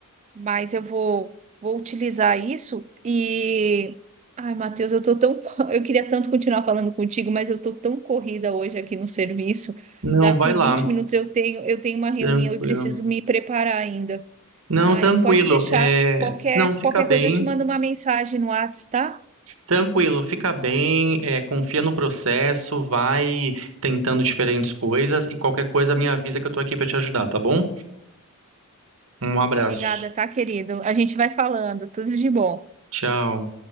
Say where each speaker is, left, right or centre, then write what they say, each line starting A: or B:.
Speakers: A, on the right; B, on the right.
A: mas eu vou, vou utilizar isso e. Ai, Matheus, eu tô tão. <laughs> Eu queria tanto continuar falando contigo, mas eu tô tão corrida hoje aqui no serviço.
B: Não,
A: Daqui
B: vai lá.
A: 20 minutos eu tenho, eu tenho uma reunião
B: Tranquilo.
A: e preciso me preparar ainda.
B: Não,
A: Mas
B: tranquilo.
A: pode deixar
B: É...
A: qualquer,
B: Não, fica
A: qualquer
B: bem.
A: coisa, eu te mando uma mensagem no WhatsApp, tá?
B: Tranquilo, fica bem. é, confia no processo, vai tentando diferentes coisas e qualquer coisa me avisa que eu tô aqui pra te ajudar, tá bom? Um abraço.
A: Obrigada, tá, querido? A gente vai falando. Tudo de bom.
B: Tchau.